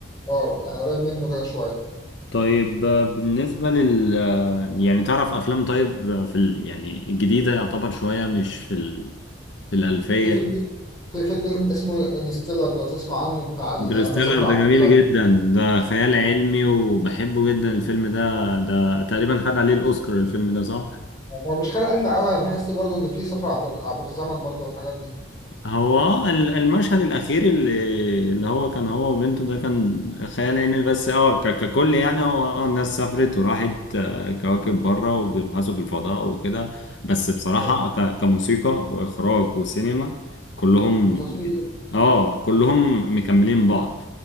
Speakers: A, on the left (about 20°); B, on the left (about 70°).
A: اه يعني قريب منه كده شوية
B: طيب آه، بالنسبة لل آه، يعني تعرف افلام طيب آه، في ال... يعني الجديدة يعتبر شوية مش في ال... في الألفية
A: في فيلم في فيلم اسمه انستيلر لو تسمع عنه بتاع ال-
B: انترستيلر
A: لما سافر
B: ده
A: عبر
B: جميل
A: الزمن
B: جدا ده خيال علمي وبحبه جدا الفيلم ده ده تقريبا خد عليه الأوسكار الفيلم ده صح؟
A: هو مش خيال علمي قوي انا بحس برضو ان في سفر عبر عبر الزمن برضو والحاجات دي
B: هو اه ال- المشهد الأخير اللي اللي هو كان هو وبنته ده كان خيال علمي بس اه ك- ككل يعني هو اه الناس سافرت وراحت آه، كواكب بره وبيبحثوا في الفضاء وكده بس بصراحة
A: بالظبط
B: ك- كموسيقى وإخراج وسينما كلهم
A: وتصوير
B: اه كلهم مكملين بعض